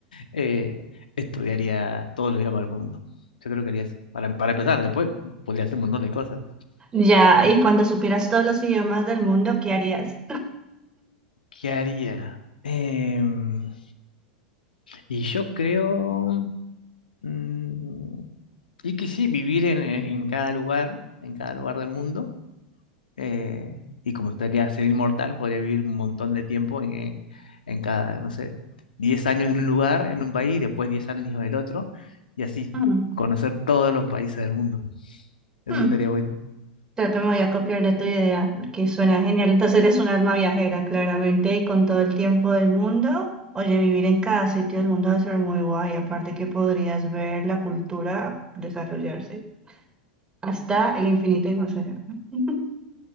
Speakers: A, on the left (about 75°); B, on the right (about 15°).
A: eh, estudiaría todos los idiomas del mundo. Yo creo que haría eso. Para, para empezar, después podría hacer un montón de cosas.
B: Ya, y cuando supieras todos los idiomas del mundo, ¿qué harías?
A: ¿Qué haría? Em, y yo creo, mm, y que sí, vivir en, en- en cada lugar, en cada lugar del mundo. eh, y como estaría ser inmortal, podría vivir un montón de tiempo en, en- en cada, no sé, 10 años en un lugar, en un país, después 10 años en el otro, y así,
B: Mm,
A: conocer todos los países del mundo. Eso
B: mm,
A: estaría bueno.
B: Creo que me voy a copiar de tu idea porque suena genial. Entonces eres un alma viajera, claramente, y con todo el tiempo del mundo. Oye, vivir en cada sitio del mundo debe ser muy guay. Aparte que podrías ver la cultura desarrollarse hasta el infinito y más allá. <laughs>